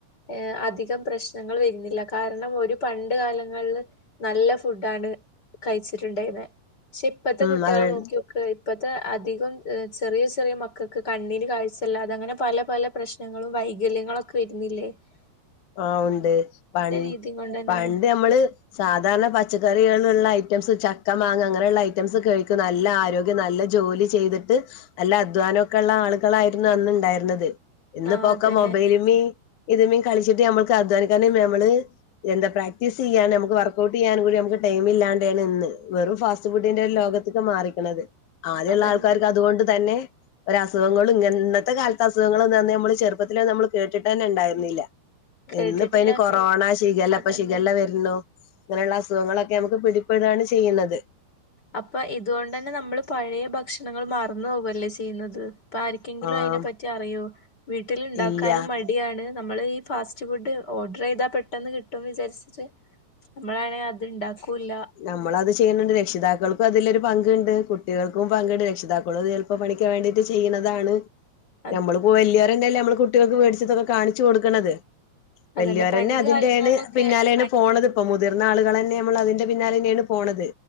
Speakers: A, on the left; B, on the left.
A: ഏ അധികം പ്രശ്നങ്ങൾ വരുന്നില്ല കാരണം ഓര് പണ്ട് കാലങ്ങൾല് നല്ല ഫുഡ്ഡാണ് കയിച്ചിട്ടുണ്ടായിന്നേ ക്ഷെ ഇപ്പത്തെ
B: ഉം
A: കുട്ട്യാളെ
B: അവര്
A: നോക്കിയോക്ക് ഇപ്പത്തെ അധികും ചെറിയ ചെറിയ മക്കക്ക് കണ്ണിന് കാഴ്ചല്ലാതെ അങ്ങനെ പല പല പ്രശ്നങ്ങളും വൈകല്യങ്ങളൊക്കെ വെരുന്നില്ലേ <inaudible>
B: ആഹ് ഉണ്ട് പ
A: രീതിയും കൊണ്ടന്നെയാണ്
B: പണ്ട് ഞമ്മള് സാധാരണ പച്ചക്കറികളുള്ള ഐറ്റംസ് ചക്ക മാങ്ങ ഇങ്ങനെള്ള ഐറ്റംസ് കഴിക്കും നല്ല ആരോഗ്യം നല്ല ജോലി ചെയ്തിട്ട് നല്ല അധ്വാനൊക്കെള്ള ആളുകളായിരുന്നു അന്നുണ്ടായിരുന്നത് ഇന്നിപ്പൊക്കെ
A: ആഹ് അതന്നെ
B: മൊബൈലിമ്മീം ഇതമ്മീം കളിച്ചിട്ട് ഞമ്മക്ക് അധ്വാനിക്കാന് നമ്മള് എന്താ പ്രാക്ടീസിയ്യാന് നമുക്ക് വർക്ക്ഔട്ടിയ്യാനും കൂടി നമുക്ക് ടൈമില്ലാണ്ടേണ് ഇന്ന് വെറും ഫാസ്റ്റ് ഫുഡിന്റെ ലോക ത്ത്ക്ക് മാറിക്ക്ണത് ആദ്യള്ളാൾക്കാർക്ക്
A: അതന്നെ
B: അതുകൊണ്ട് തന്നെ ഒരസുഖങ്ങളും ഇങ്ങ ഇന്നത്തെ കാലത്തെ അസുഖങ്ങളൊന്നും അന്ന് ഞമ്മള് ചെറുപ്പത്തിലന്നും നമ്മള് കേട്ടിട്ടെന്നെണ്ടായിരുന്നില്ല
A: കേട്ടിട്ടില്ല
B: ഇന്ന്പ്പയ്ന് കൊറോണ
A: കേ
B: ശിഖല്ല
A: അതന്നെ
B: ഇപ്പൊ ശിഖല്ല വരണു ങ്ങനെയുള്ള അസുഖങ്ങളൊക്കെ നമുക്ക് പിടിപ്പെടാണ് ചെയ്യുന്നത്
A: അപ്പൊ ഇതുകൊണ്ടെന്നെ നമ്മള് പഴയ ഭക്ഷണങ്ങള് മറന്നു പോവല്ലേ ചെയ്യുന്നത് ഇപ്പാരിക്കെങ്കിലും
B: ആഹ്
A: അയിനെപ്പറ്റി അറിയോ വീട്ടില്ണ്ടാക്കാനും
B: ഇല്ല
A: മ ടിയാണ് നമ്മള് ഈ ഫാസ്റ്റ് ഫുഡ് ഓർഡറയ്താ പെട്ടെന്ന് കിട്ടുന്ന് വിചാരിച്ചിട്ട് നമ്മളാണെ അത്ണ്ടാക്കൂല്ല
B: നമ്മളത് ചെയ്യുന്നുണ്ട് രക്ഷിതാക്കൾക്കും അതിലൊരു പങ്കുണ്ട് കുട്ടികൾക്കും പങ്കുണ്ട് രക്ഷിതാക്കളും അത് പ്പ പണിക്ക് വേണ്ടിട്ട് ചെയ്ണതാണ്
A: <inaudible>
B: നമ്മളിപ്പോ വല്ല്യോരന്നെയല്ലേ നമ്മള് കുട്ടികൾക്ക് വേടിചിതൊക്കെ കാണിച്ചു കൊടുക്കണത്
A: അതന്നെ
B: വല്ല്യോരന്നെ
A: പണ്ട്
B: അതിന്റെണ്
A: കാലങ്ങളിലൊക്കെ
B: പിന്നാലേണ്
A: പണ്ട്
B: പോണത് പ്പൊ മുതിർന്ന ആളുകളന്നെ നമ്മളതിന്റെ പിന്നാലന്നേണ് പോണത്